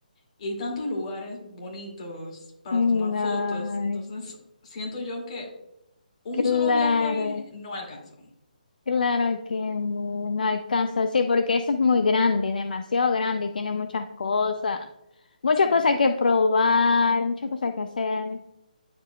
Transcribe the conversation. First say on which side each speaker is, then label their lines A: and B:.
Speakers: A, on the left (about 45°); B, on the left (about 70°).
A: y hay tantos lugares bonitos para
B: No,
A: tomar fotos. Entonces, siento yo que un
B: claro,
A: solo viaje no alcanza.
B: claro que no, no alcanza. Sí, porque eso es muy grande, demasiado grande y tiene muchas cosas, muchas
A: Sí.
B: cosas que probar, muchas cosas que hacer.